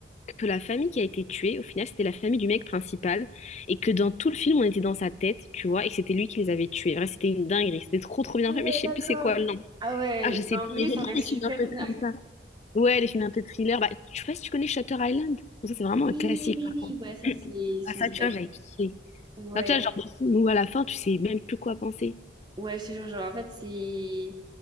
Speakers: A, on the left (about 40°); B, on the right (about 25°).
A: que la famille qui a été tuée, au final, c'était la famille du mec principal, et que dans tout le film, on était dans sa tête, tu vois, et que c'était lui qui les avait tués. Vrai, c'était une dinguerie, c'était trop trop bien
B: Ouais,
A: fait, mais je sais
B: d'accord.
A: plus c'est quoi le nom.
B: Ah ouais,
A: Ah, je sais
B: en
A: plus,
B: vrai,
A: mais j'aime
B: ça
A: bien
B: a l'air
A: les
B: super
A: films un peu
B: bien.
A: comme ça. Ouais, les films un peu thriller. Bah, tu vois, si tu connais Shutter Island, Bon, ça c'est vraiment
B: Oui,
A: un classique,
B: oui,
A: par
B: oui,
A: contre.
B: ouais, ça
A: <clears throat>
B: c'est... c'est-
A: Ah, ça, tu vois, j'avais kiffé.
B: Ouais,
A: Ça, tu vois, genre, des films où à la fin, tu sais même plus quoi penser.
B: ouais, je te jure, genre, en fait, c'est...